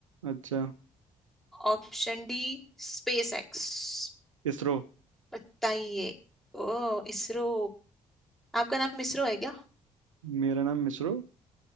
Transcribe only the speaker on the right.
अच्छा
इसरो
मेरा नाम मिसरो